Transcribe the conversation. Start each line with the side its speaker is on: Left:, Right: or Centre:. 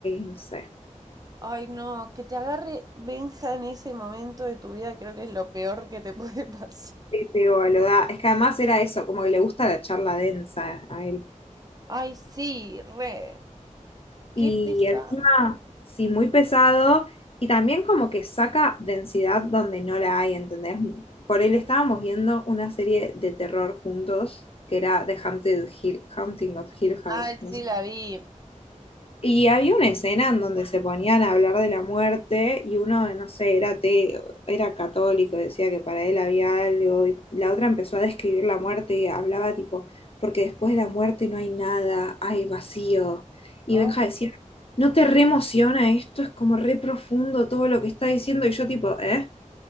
Left: no sé.
Right: Ay, no, que te agarre Benja en ese momento de tu vida creo que es lo peor que te puede <laughs> pasar.
Left: Este, boluda. Es que además era eso, como que le gusta la charla densa a él.
Right: Ay, sí, re.
Left: Y
Right: Qué pesado.
Left: encima, sí, muy pesado. Y también como que saca densidad donde no la hay, ¿entendés? Por él estábamos viendo una serie de terror juntos, que era The Haunted Hill, Haunting of Hill House.
Right: Ay,
Left: No
Right: sí,
Left: sé
Right: la vi.
Left: y había una escena en donde se ponían a hablar de la muerte y uno, no sé, era ateo, era católico, decía que para él había algo, y la otra empezó a describir la muerte y hablaba tipo, porque después de la muerte no hay nada, hay vacío. Y
Right: Ah,
Left: Benja decía, ¿no te re emociona esto? Es como re profundo todo lo que está diciendo y yo tipo, ¿eh?